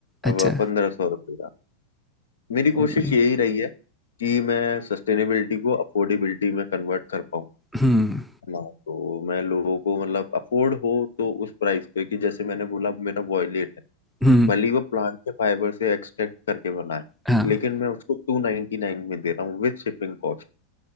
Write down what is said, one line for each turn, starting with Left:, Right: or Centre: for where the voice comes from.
Centre: अच्छा,
Left: अब पंद्रह सौ रुपये का मेरी कोशिश
Centre: बहुत बढ़िया।
Left: यही रही है कि मैं सस्टेनेबिलिटी को अफोर्डेबिलिटी में कन्वर्ट कर पाऊँ
Centre: हुँ,
Left: है ना तो मैं लोगों को मतलब अफोर्ड हो तो उस प्राइस पे कि जैसे मैंने बोला मेरा वॉयलेट
Centre: हुँ,
Left: भले ही वो प्लांट के फाइबर से एक्सट्रैक्ट करके बनाए
Centre: हाँ।
Left: लेकिन मैं उसको टू नाइनटी नाइन में दे रहा हूँ विद शिपिंग कॉस्ट